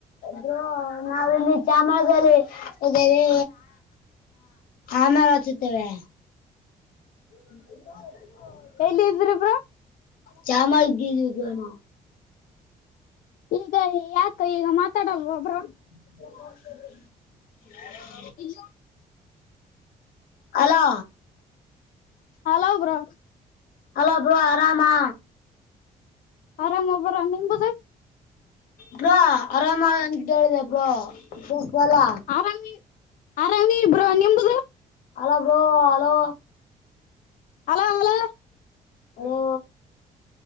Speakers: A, on the left; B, on the left.
A: ಬ್ರೋ ನಾವಿಲ್ಲಿ ಚಾಮರದಲ್ಲಿ ಇದೇವೆ ಆಮರ ಹಚುತ್ತೇವೆ <unintelligible>
B: ಎಲ್ಲಿ ಇದ್ರಿಬ್ರ
A: ಚಾಮಲ್ ಗಿ ಗನ
B: ಈಗ ಯಾಕ ಈಗ ಮಾತಾಡಲ್ವ ಒಬ್ಬ್ರ
A: ಹ
B: ಇಜ
A: hello
B: hello bro <unintelligible>
A: hello bro ಆರಾಮಾ
B: ಆರಾಮ ಬ್ರೋ ನಿಮ್ಮದು
A: ಬ್ರೋ ಆರಾಮ್ ಏನಂತ ಕೇಳಿದೆ ಕೇಳಿಸ್ತಾ ಇಲ್ಲ
B: ಆರಾಮಿ ಆರಾಮಿ ಇಬ್ರು ನಿಮದು
A: hello bro hello
B: hello hello
A: hello